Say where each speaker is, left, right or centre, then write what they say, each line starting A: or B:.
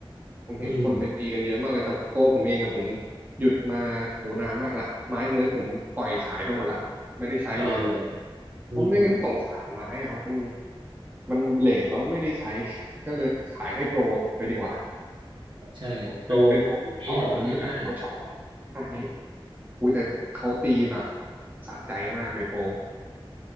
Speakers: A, on the right; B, on the right.
A: ผมเห็นคนไปตีกันเยอะมากเลย
B: อืม
A: แต่ตัวผมเองอะผมหยุดมาโอ้นานมากละไม้เมื้อยผมปล่อยขายไปหมดละไม่ได้ใช้เลย
B: รอเลย
A: เพราะไม่งั้นสงสารไม้อะครับมัน
B: อืม
A: มันเบลดแล้วไม่ได้ใช้ก็เลยขายให้โปรไปดีกว่า
B: ใช่โปรมสุดเอ๊ะก็เล่นได้
A: ผมเป็นเป็นโปรที่สอนผมอยู่แล้วเขาชอบใช่อุ้ยแต่เขาตีแบบสะใจมากเลยโปร